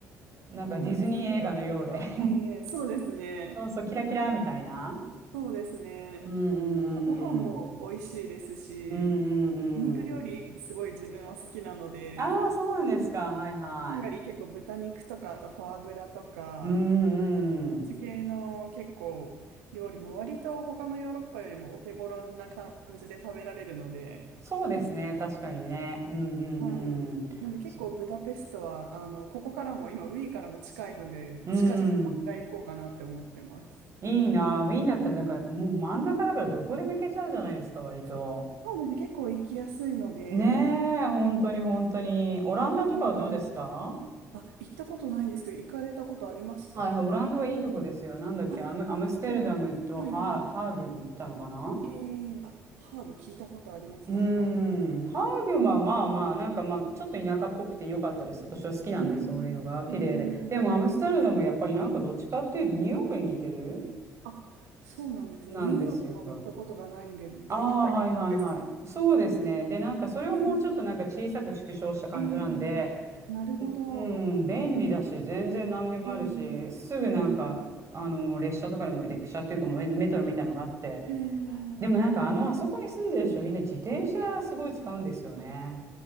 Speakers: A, on the right (about 40°); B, on the right (about 75°).
A: なんかディズニー映画のようで
B: なんでそういうとことか、ええそうですね。
A: <laughs> そうそう、キラキラみたいな。
B: そうですね。
A: うんうんうんうん。
B: ご飯も美味しいですし、
A: うんう
B: お肉料理すごい自分は好きなので、
A: んうん。ああ、そうなんですか。はいは
B: ハンガリー結構豚肉とか、あとフォアグラとか、
A: い。うんうん。
B: そっち系の結構料理も割と他のヨーロッパよりもお手頃な感じで食べられるので、
A: そうですね。確かにね。うんうんうん。
B: はい。なんで結構ブダペストは、
A: そ
B: あの、ここからも今ウィーンからも近いので、
A: うん。
B: 近々もう一回行こうかなって思ってます。
A: いいな。ウィーンだったらなんかもう真ん中だからどこでも行けちゃうじゃないですか、割と。
B: そうですね、結構行きやすいので、
A: ねえ、本当に本当に。オランダとかはどうですか
B: これから、あ、行ったことないんですけど、行かれたことありますか
A: はいはい、オランダはいいとこですよ。なんだっけ、
B: あ、
A: アム、アムステルダムとハー、
B: そうなんです。はいはい。
A: ハーグに行ったのかな
B: ええあ、ハーブ聞いたことあります、
A: うーん、
B: なんか。
A: ハーグはまあまあ、なんかまあ、ちょっと田舎っぽくて良かったです。私は好きなんで、
B: え
A: そういうのが綺麗で。
B: えええ
A: でも、アムステルダムやっぱりなんかどっちかっていうと、ニューヨークに似てる
B: あ、そうなんですね。
A: なんですよ。
B: ニューヨークは行ったことがないんで、大都会ってことですか。
A: ああ、はいはいはい。そうですね。で、なんかそれをもうちょっとなんか小さく縮小した感じなんで、
B: ええええあ、なるほど。
A: うん、便利だし、全然何でもあるし、
B: ええええ
A: すぐなんか、あの、列車とかでも、列車っていうかもうメ、メトロみたいなのがあって、
B: ええ
A: でもなんかあの、あそこに住んでる人みんな自転車すごい使うんですよね。
B: あ、